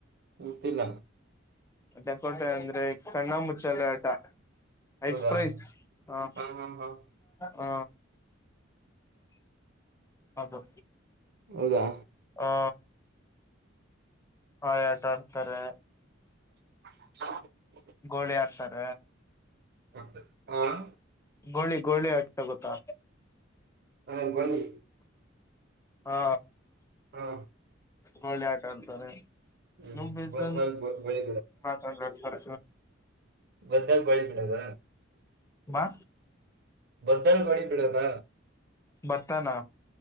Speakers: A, on the right; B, on the left.
A: ಗೊತ್ತಿಲ್ಲ
B: ಡೆಕೋಟೆ ಅಂದ್ರೆ ಕಣ್ಣ ಮುಚ್ಚಲ್ಲ ಆಟ
A: ಹೌದಾ
B: ಐಸ್ ಪ್ರ್ರೈಸ್ ಹ
A: ಹಾ ಹಾ ಹಾ
B: ಹ ಅದು
A: ಹೌದಾ
B: ಹಾ ಹ ಆತಾ ಆಡ್ತಾರೆ
A: ಹ <unintelligible>
B: ಗೋಳಿ ಆಡ್ತಾರ
A: ಹ ಹ
B: ಗೋಳಿ ಗೋಳಿ ಅಷ್ಟ ಗೊತ್ತಾ
A: ಹಾ ಬಿ
B: ಹಾ
A: ಹಾ
B: ಗೋಲಿ ಆಟ ಅತಾರೆ
A: ಹ್ಮ್
B: ಇನ್ನ ಬಸ
A: ಬದ್ದಲ್ ಬಳಿ
B: ತರತರ
A: ಬದಲ್ ಬಳಿ ಬಿಡದ
B: ಮಾ
A: ಬ್ಧಲ್ ಬಡಿ ಪಿಡದ
B: ಭತ್ತನಾ